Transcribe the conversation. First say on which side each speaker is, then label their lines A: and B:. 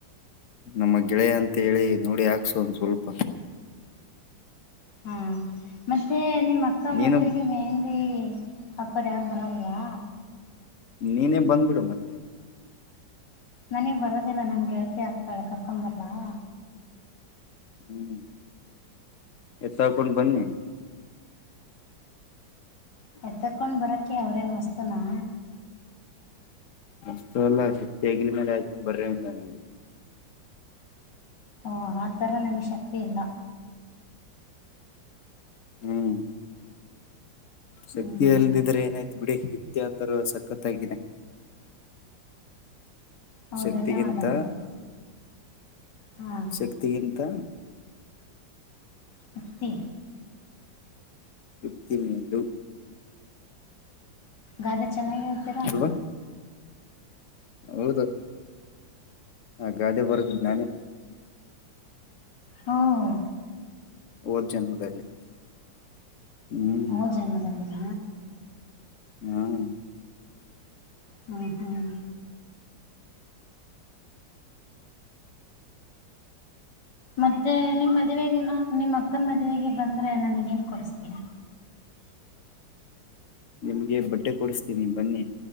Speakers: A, on the left; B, on the left.
A: ನಮ್ಮ ಗೆಳೆಯ ಅಂತ ಹೇಳಿ ನೋಡಿ ಹಾಕ್ಸೋ ಒಂದ ಸ್ವಲ್ಪ.
B: ಹಾ ಮತ್ತೆ ನಿಮ್ಮ್ ಅಕ್ಕ
A: ನೀನು
B: ಮದುವೆಗೆ ಏನ್. <unintelligible> ಅಕ್ಕರ್ ಯಾರು ಬರಲ್ವಾ.
A: ನೀನೇ ಬಂದ್ಬಿಡು ಮತ್ತೆ.
B: ನನಗ್ ಬರೋದಿಲ್ಲ ನಮ್ಗೆಳಳ್ತಿ ಆಗ್ತಾಳೆ ಕರ್ಕೊಂಡ ಬರಲ್ಲಾ.
A: ಹ್ಮ್ ಎತ್ ತಕೊಂಡು ಬನ್ನಿ.
B: ಏತಕೊಂಡ್ ಬರಕ ಅವ್ರೇನ್ ವಸ್ತುನಾ.
A: ಅಷ್ಟತು ಅಲ್ಲ ಶಕ್ತಿ ಆಗಿಲ್ ಮೇಲೆ ಆಾಕೊಂಡ್ <inaudible> ನಾನು.
B: ಓ ಆಥರ ನಮ್ಗೆ ಶಕ್ತಿ ಇಲ್ಲ.
A: ಹ್ಮ- ಶಕ್ತಿಿಯಲ್ಲದಿದ್ರೆ
B: ಹ್ಮ್
A: ಏನಾಯ್ತು ಬಿಡಿ ಯುಕ್ತಿ ಅಂತರೂ ಸಖತ್ಾಗಿದೆ.
B: ಓ
A: ಶಕ್ತಿಗಿಂತ
B: ಧನ್ಯವಾದಗಳು ಹಾ
A: ಶಕ್ತಿಗಿಂತ.
B: ಯುಕ್ತಿ.
A: ಯುಕ್ತಿಮೇಲು.
B: ಗಾದೆ ಚೆನ್ನಾಗ ಹೇಳ್ತೀರಾ.
A: ಅಲ್ವಾ ಹೌದು ಆ ಗಾದೆ ಬರ್ದಿದ್ದ ನಾನೇ.
B: ಹ್ಮ
A: ಹಓದ್ ಜನ್ಮದಲ್ಲಿ. ಹ್ಮ್
B: ಒದ್ ಜನ್ಮದಲ್ಲಿನ.
A: ಹ್ಮ್-
B: ಹ್ಮ್ ಹ್ಮ್- ಮತ್ತೆ ನಿಮ್ಮ ಮದುವೆಗೆ ನ ನಿಮ್ಮ ಅಕ್ಕನ ಮದುವೆಗೆ ಬಂದ್ರೆ ನನಗ ಏನ್ ಕೊಡಿಸ್ತೀಯಾ.
A: ನಿಮ್ಗೆ ಬಟ್ಟೆ ಕೊಡಸತ್ತಿನಿ ಬನ್ನಿ.